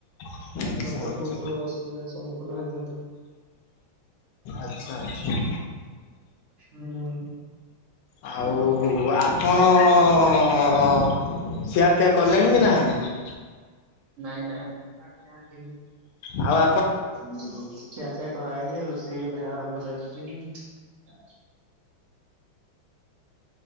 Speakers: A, on the left; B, on the right.
A: ଆଚ୍ଛା
B: ଲୋକ
A: ଆଚ୍ଛା।
B: ବହୁତ ଅସୁବିଧାରେ ସମ୍ମୁଖୀନ ହେଇଛନ୍ତି।
A: ଆଛା ଆଚ୍ଛା।
B: ହୁଁ।
A: ଆଉ ଆପଣ ଅଂ ଅଂ ଖିଆ ପିଆ କଲେଣି କି ନାହାଁନ୍ତି?
B: ନାଇଁ ନାଇଁ।
A: ଆଉ ଆପ
B: ଖିଆ ପିଆ କରାହେଇନି ରୋଷେଇ ଏବେ ଆରମ୍ଭ ଚାଲିଚି।